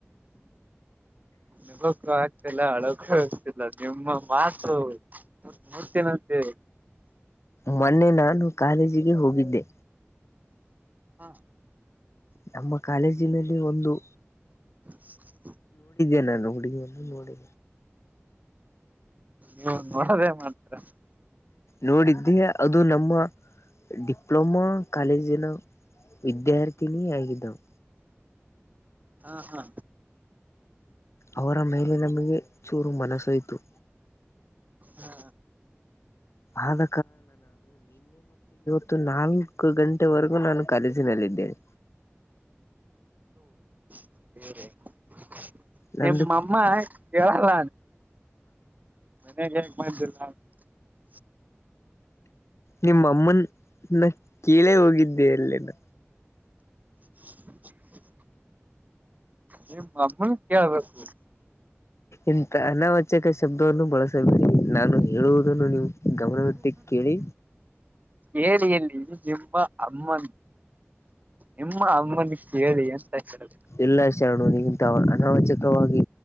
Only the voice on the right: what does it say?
ನಿಗ ಕ ಆಗ್ತಿಲ್ಲ ಹಳಕ್ಕ ಆಗ್ತಿಲ್ಲ ನಿಮ್ಮ ಮಾತು ಮೂತಿನಂತೆ
ಹಾ
ಹ್ಮ
ನೀ ನೋಡೋದೇ ಮಾಡ್ತಾರ
ಹಾ ಹಾ
ಹಾ
ಸ <unintelligible>
ನಿಮ್ಮ ಅಮ್ಮ ಕೇಳಲ್ಲ ಮನೆಗ್ ಹೇಗ್ ಮಾಡ್ <unintelligible>
<inaudible> ನಿಮ್ಮನ್ ಕೇಳ್ಬೇಕು
ಹೇಳಿ ಅಲ್ಲಿ ನಿಮ್ಮ ಅಮ್ಮನ್ ನಿಮ್ಮ ಅಮ್ಮನ ಕೇಳಿ ಅಂತ <unintelligible>